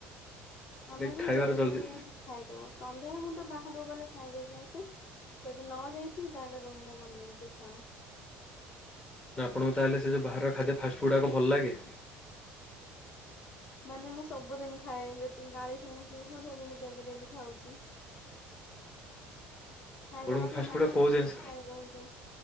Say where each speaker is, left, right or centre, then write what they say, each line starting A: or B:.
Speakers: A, on the left; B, on the left.
A: ସେଥିଲାଗି
B: ଆମେ ବି
A: ଖାଇବାର
B: ଜଲଦି
A: ଜଲ୍ଦି
B: ଖାଇଦବ ସନ୍ଧ୍ୟାବେଳେ ମୁଁ ତ ବାହାରକୁ ଗଲେ ଖାଈ ଦେଇ କି ଆସ ଯଦି ନ ଯାଇଥିଲ ତାହଲେ ରୁମରେ ବନେଇକି ଖାଉ।
A: ନା ଆପଣଙ୍କୁ ତାହେଲେ ସେ ଯେଉଁ ବାହାରର ଖାଦ୍ୟ ଫାଷ୍ଟଫୁଡ଼ ଗୁଡ଼ାକ ଭଲ ଲାଗେ?
B: ମାନେ ମୁଁ ସବୁଦିନ ଖାଏ ଯତିି ଗାଳି ଶୁଣିକିୁ ଡେଲି ଡେଲି ଖାଉଚି। ଖାଇବା
A: ଆପଣଙ୍କୁ
B: କଥା
A: ଫାଷ୍ଟଫୁଡ଼୍
B: ନୁହ,
A: କୋଉ ଜିନିଷ
B: ଖାଇଲଦଉଛି।